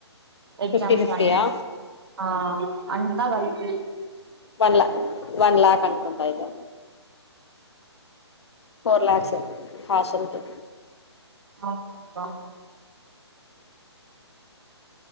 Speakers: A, on the right; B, on the left.
A: ఎగ్జామ్స్
B: ఫిఫ్టీ ఫిఫ్టీయా
A: దాట్ని ఆహ్హ్ అంతా గల్పి
B: వన్ లఖ్ వన్ లాఖ్ అ కుంతైతే ఫోర్ లాక్సే హాస్టల్కే
A: ఆహ్ అహ్